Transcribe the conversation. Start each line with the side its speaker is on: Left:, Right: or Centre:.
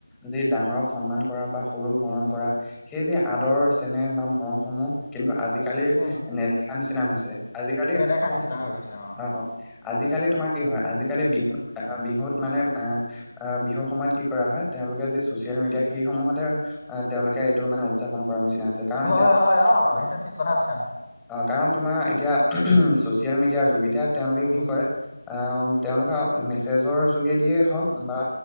Centre: যি ডাঙৰক সন্মান কৰা বা সৰুক মৰম কৰা সেই যে আদৰ, চেনেহ বা মৰম সমূহ কিন্তু আজিকালিৰ
Left: উম
Centre: নেদেখা নিচিনা হৈছে আজিকালি
Left: নেদেখা নিচিনা হৈ গৈছে অ
Centre: অহ আজিকালি তোমাৰ কি হয়, আজিকালি বিহুত অ বিহুত মানে আহ অহ বিহুৰ সময়ত কি কৰা হয় তেওঁলোকে যি ছচিয়েল মিডিয়া সেইসমূহতে অহ' তেওঁলোকে এইটো মানে উদযাপন কৰাৰ নিচিনা হৈছে কাৰণ
Left: হয়
Centre: এতিয়া
Left: হয় অ সেইটো ঠিক কথা কৈছা তুমি
Centre: অ' কাৰণ তোমাৰ এতিয়া ছচিয়েল মিডিয়াৰ যোগ তেওঁলোকে
Left: উম
Centre: কি কৰে অহ তেওঁলোকে মেছেজৰ যোগেদিয়ে হওঁক বা